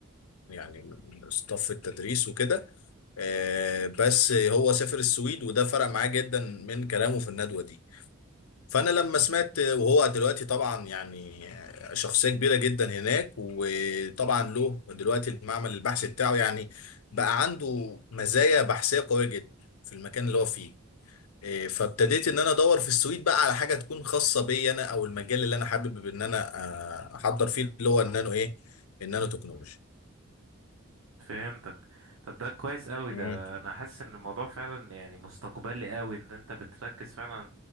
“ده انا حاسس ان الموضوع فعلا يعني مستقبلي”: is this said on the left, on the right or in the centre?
Right